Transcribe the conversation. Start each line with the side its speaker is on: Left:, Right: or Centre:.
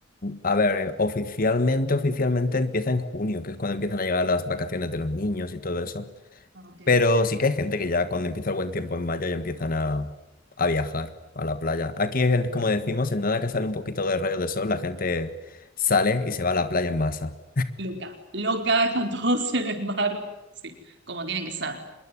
Left: a ver, eh, oficialmente, oficialmente empieza en junio, que es cuando empiezan a llegar las vacaciones de los niños y todo eso.
Right: Ah, Ok.
Left: Pero sí que hay gente que ya cuando empieza el buen tiempo en mayo ya empiezan a, a viajar a la playa. Aquí, en- como decimos, en nada que sale un poquito de rayos de sol, la gente sale y se va a la playa en masa.
Right: Loca, loca, <laughs> están todos en el mar. Sí, como tienen que ser.